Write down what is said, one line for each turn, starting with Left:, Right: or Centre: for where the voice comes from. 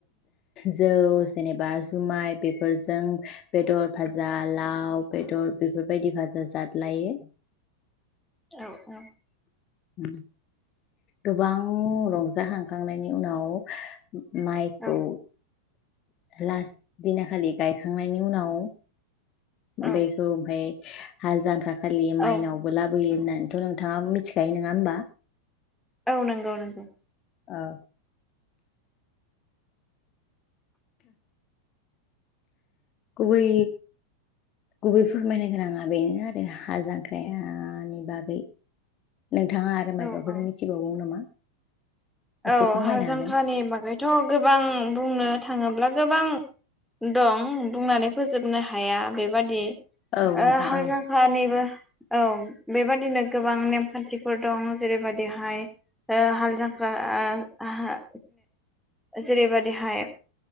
Left: जौ जेनेबा जुमाय बेफोरजों बेदर भाजा लाव बेदर बेफोरबायदि फाजा जादलायो
Centre: औ औ
Left: होम गोबां रंजा खांखांनायनि उनाव माइखौ
Centre: औ
Left: लास्ट दिना खालि गायखांनायनि उनाव
Centre: औ
Left: बेखौ ओमफाय हाल जांख्रा खालि माइनावबो
Centre: औ
Left: लाबोयो होननानैथ' नोंथाङा मिथिखायो नङा होमबा?
Centre: औ नंगौ नंगौ
Left: औ गुबै गुबै फोरमायनो गोनाङा बेनो आरो हा जांख्राया नि बागै नोंथाङा आरो
Centre: औ
Left: मायबाफोर
Centre: औ
Left: मिथिबावगौ नामा?
Centre: औ
Left: एसे फोरमायनो
Centre: हाल जांख्रानि
Left: हागोन
Centre: बागैथ' गोबां बुंनो थाङोब्ला गोबां दं बुंनानै फोजोबनो हाया बेबादि
Left: औ नोंथां
Centre: ओ हाल
Left: औ
Centre: जांख्रानिबो औ बेबादिनो गोबां नेमखान्थिफोर दं जेरै बायदिहाय ओ हाल जांख्रा आ आ जेरैबायदिहाय